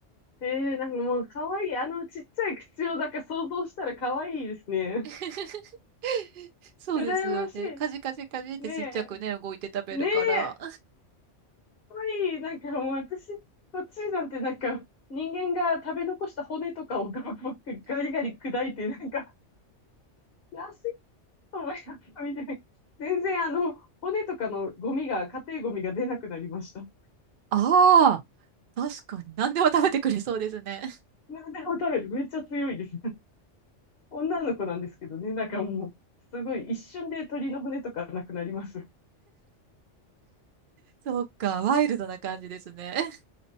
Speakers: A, on the left; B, on the right.
A: えー、なんかもう、かわいい。あの、ちっちゃい口を、なんか想像したらかわいいですね。
B: <laughs> そうですよね。
A: 羨ましい。
B: カジカジカジってちっちゃくね、
A: ねえ。
B: 動いて食べるから。
A: ねえ。かわいい。なんかもう、私、こっちなんてなんか、人間が食べ残した骨とかをガブガブガリガリ砕いて、なんか、安思い出したみたいな。全然あの、骨とかのゴミが、家庭ゴミが出なくなりました。
B: <laughs> ああ、確かに。何でも食べてくれそうですね。<laughs>
A: 何でも食べる。めっちゃ強いです。女の子なんですけどね、なんかもう、すごい一瞬で鳥の骨とかなくなります。
B: そっか、ワイルドな感じですね。<laughs>